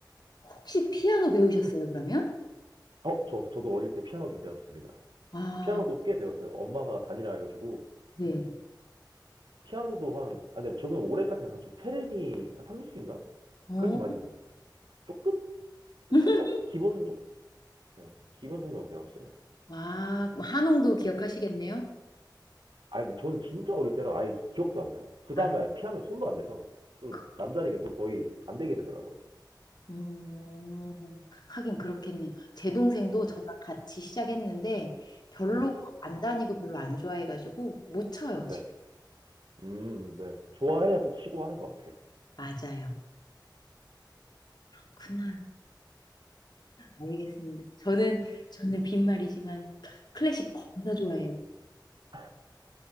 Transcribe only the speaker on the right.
어, 저, 저도 어릴 때 피아노 좀 배웠습니다.
피아노도 꽤 배웠어요. 엄마가 다니라 해가지고.
피아노도 한, 아, 근데 저는 올해까지는 한, 저 체르니 한 30인가?
그렇게 많이 아니에요. 조금,
살짝 기본, 네, 기본 정도만 배웠어요.
아 근데 저는 진짜 어릴 때라 아예 기억도 안 나요. 그
다음에 아예 피아노 손도 안 대서 또
남자니까 또 거의 안 되게 되더라고요.
네,
네,
네,
음, 네. 좋아해야 또 치고 하는 것 같아요.
<laughs>